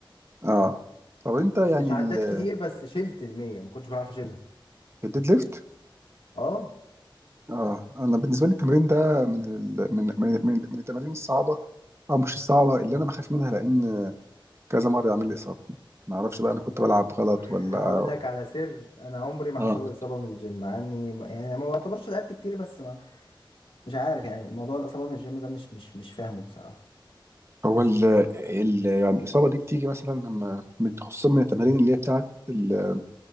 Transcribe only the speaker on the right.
اه طب انت يعني
ال-
الديد ليفت
اه انا بالنسبه لي التمرين ده من ال... من من من من التمارين الصعبه او مش الصعبه اللي انا بخاف منها لان كذا مره يعمل لي اصابه ما اعرفش بقى انا كنت بلعب غلط
ولا
اه
هو ال... ال... يعني الاصابه دي بتيجي مثلا لما من خصوصا من التمارين اللي هي بتاعت ال...